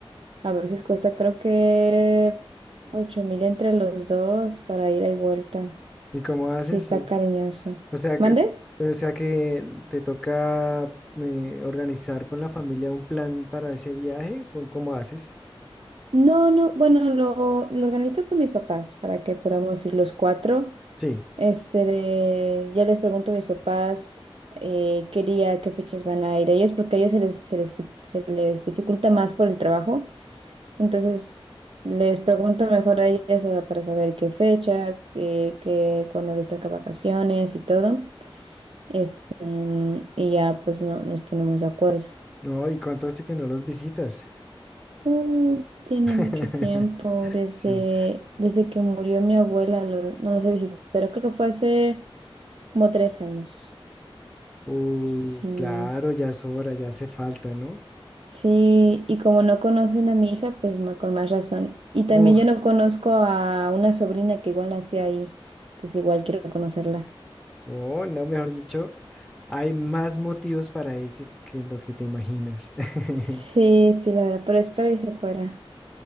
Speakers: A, on the right; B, in the centre.
A: a veces cuesta creo que ocho mil entre los dos para ida y vuelta.
B: ¿Y cómo haces?
A: Sí está
B: O
A: cariñoso.
B: o sea
A: ¿Mande?
B: que, o sea que te toca eh, organizar con la familia un plan para ese viaje. ¿Cómo cómo haces?
A: No, no, bueno, lo, lo organizo con mis papás para que podamos ir los cuatro.
B: Sí.
A: Este, de- ya les pregunto a mis papás eh, qué día, qué fechas van a ir ellos, porque a ellos se les, se les, fi- se les dificulta más por el trabajo. Entonces, les pregunto mejor a ellas ah, para saber qué fecha, eh, qué, cuándo les toca vacaciones y todo. Este, mm, y ya pues no, nos ponemos de acuerdo.
B: No, ¿y cuánto hace que no los visitas?
A: Uh, tiene
B: <laughs>
A: mucho tiempo, desde,
B: Sí.
A: desde que murió mi abuela, lo- no los he visitado, creo que fue hace como tres años.
B: Uy,
A: Sí,
B: claro, ya es hora, ya hace falta, ¿no?
A: sí, y como no conocen a mi hija, pues ma- con más razón. Y también
B: Uf,
A: yo no conozco a una sobrina que igual nació ahí, entonces igual quiero conocerla.
B: oh, no, mejor dicho, hay más motivos para ir que, que lo que te imaginas. <laughs>
A: Sí, sí, la verdad, pero espero y se fuera